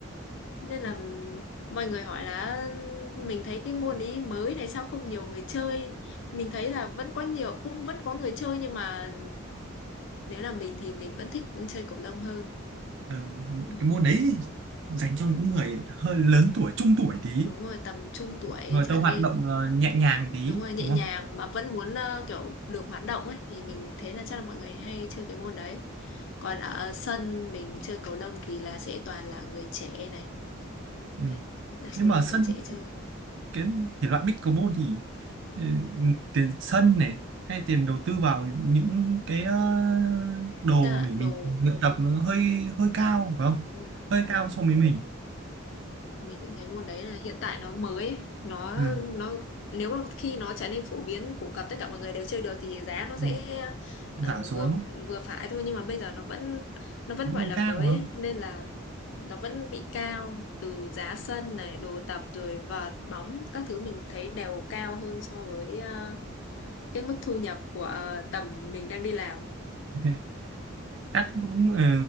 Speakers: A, on the left; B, on the right.
A: nên là mọi người hỏi là mình thấy cái môn ấy mới này sao không nhiều người chơi mình thấy là vẫn có nhiều cũng vẫn có người chơi nhưng mà nếu là mình thì mình vẫn thích chơi cầu lông hơn
B: Ờ,
A: Ừ,
B: cái môn đấy thì dành cho những người hơi lớn tuổi trung tuổi tí
A: đúng rồi tầm trung tuổi
B: người
A: trở
B: ta hoạt
A: lên
B: động ờ, nhẹ nhàng tí
A: Đúng rồi, nhẹ
B: đúng
A: nhàng
B: không
A: mà vẫn muốn ờ, kiểu được hoạt động ấy thì mình thấy là chắc là mọi người hay chơi cái môn đấy. Còn ở sân mình chơi cầu lông thì là sẽ toàn là người trẻ này.
B: ừ.
A: Này, đa số
B: nhưng mà
A: là người
B: sân
A: trẻ chơi.
B: cái thể loại pickleball thì ừ, tiền sân này hay tiền đầu tư vào những cái ờ, đồ
A: Chắc là
B: để mình
A: đồ
B: luyện tập nó hơi hơi cao phải không
A: đúng rồi.
B: hơi
A: đồ
B: cao so với mình
A: mình cũng thấy môn đấy là hiện tại nó mới ấy. nó
B: ừ.
A: nó nếu mà khi nó trở nên phổ biến phổ cập tất cả mọi người đều chơi được thì giá nó sẽ
B: ừ,
A: ờ,
B: giảm xuống
A: vừa vừa phải thôi nhưng mà bây giờ nó vẫn nó vẫn
B: vẫn
A: gọi
B: còn
A: là
B: cao
A: mới
B: phải
A: ấy.
B: không
A: nên là nó vẫn bị cao từ giá sân này đồ tập rồi vợt bóng các thứ mình thấy đều cao hơn so với ờ, cái mức thu nhập của ờ, tầm mình đang đi làm
B: <laughs> chắc cũng ừ.